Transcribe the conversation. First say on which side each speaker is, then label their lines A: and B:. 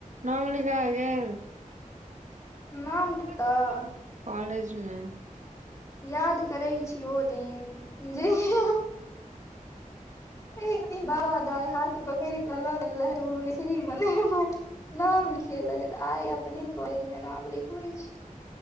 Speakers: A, on the right (about 60°); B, on the left (about 20°).
A: नाम लिखा गेल।
B: नाम
A: हम
B: कतऽ
A: कता कॉलेज मे।
B: याद करै छी ओ हो दिन जेहीया। एक दिन बाबा दाय हाथ पकेड़ क ल गेल भुबनेश्वरी मंदिर। नाम लिखेले ह आइ अपने कॉलज मे नाम लिखबै छी।